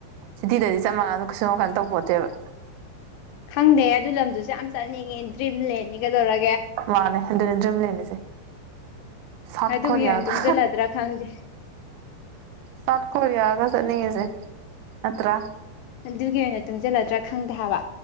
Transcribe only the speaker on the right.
ꯁꯤꯇꯤꯗꯗꯤ ꯆꯞ ꯃꯥꯟꯅꯗ ꯀꯩꯁꯨꯝ ꯌꯥꯝ ꯀꯥꯟ ꯇꯧ ꯄꯣꯠꯇꯦꯕ
ꯃꯥꯅꯦ ꯑꯗꯨꯅꯦ ꯗ꯭ꯔꯤꯝꯂꯦꯟꯅꯤꯁꯦ ꯁꯥꯠ
ꯀꯣꯔꯤꯌꯥꯒ
ꯁꯥꯠ ꯀꯣꯔꯤꯌꯥꯒ ꯆꯡꯅꯤꯡꯉꯤꯖꯦ ꯅꯠꯇꯔꯥ